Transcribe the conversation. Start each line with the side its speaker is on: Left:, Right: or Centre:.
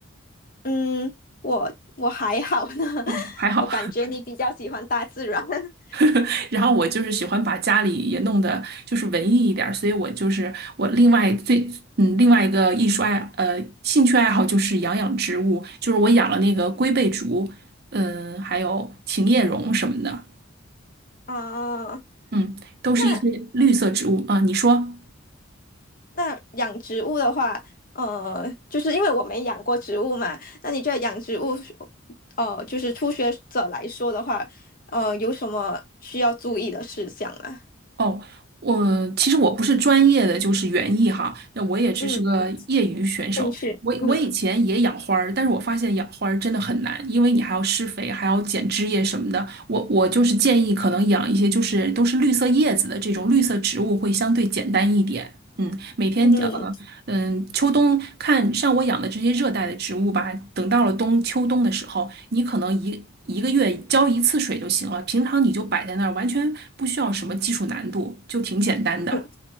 Left: 嗯，我我还好呢，<laughs>
Right: 哦，还好。
Left: 我感觉你比较喜欢大自然。<laughs>
Right: <laughs> 然后我就是喜欢把家里也弄得就是文艺一点儿，所以我就是我另外最嗯另外一个艺术爱呃兴趣爱好就是养养植物，就是我养了那个龟背竹，嗯，还有琴叶榕什么的，
Left: 嗯，
Right: 嗯，都是一些绿色植物啊。
Left: 那
Right: 你说？
Left: 那养植物的话，呃，就是因为我没养过植物嘛，那你觉得养植物，呃，就是初学者来说的话，呃，有什么需要注意的事项吗？
Right: 哦，我其实我不是专业的，就是园艺哈，那我也只是个业余选手。
Left: 嗯，兴趣，
Right: 我我以前也养花儿，
Left: 嗯。
Right: 但是我发现养花儿真的很难，因为你还要施肥，还要剪枝叶什么的。我我就是建议，可能养一些就是都是绿色叶子的这种绿色植物会相对简单一点。嗯，每天呃
Left: 嗯，
Right: 嗯，秋冬看像我养的这些热带的植物吧，等到了冬秋冬的时候，你可能一一个月浇一次水就行了，平常你就摆在那儿，完全不需要什么技术难度，就挺简单的。
Left: 嗯